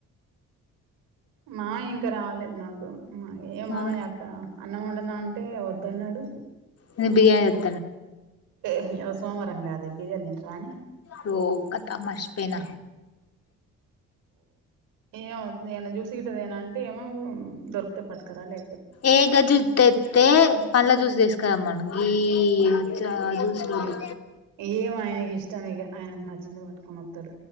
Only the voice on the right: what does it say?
మా, ఇంక రాలేదు నాకు మ, ఏమా
యక్కన అన్నం వండనా అంటే వద్దన్నడు
ఏ ఇవ సోమవారం గాదే బిర్యానీ తింటారానే
ఏమొద్, ఎమన్నా జూసి గిట్ట దేనా అంటే ఏమో దొరికితే పటుకారా లే
ఏమొ ఆయనకి ఇష్టం ఇగ, ఆయనకు నచ్చింది పట్ అ మత్తర్